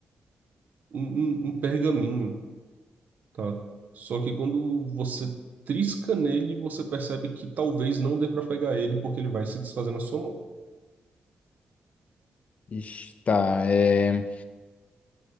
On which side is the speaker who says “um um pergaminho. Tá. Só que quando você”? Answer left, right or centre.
Right